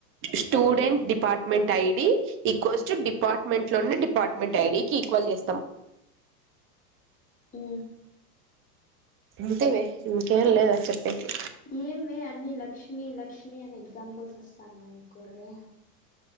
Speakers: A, on the right; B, on the left.
A: student department I D equals to department లోని డిపార్ట్మెంట్ ఐ డి కి ఈక్వల్ చేస్తాం
B: ఊ
A: అంతే వే ఇంకేం లేదా చెప్పేకి
B: ఏమె అన్ని లక్ష్మి లక్ష్మి అని ఎగ్జాంపుల్స్ వస్తాన్నయి గుర్రా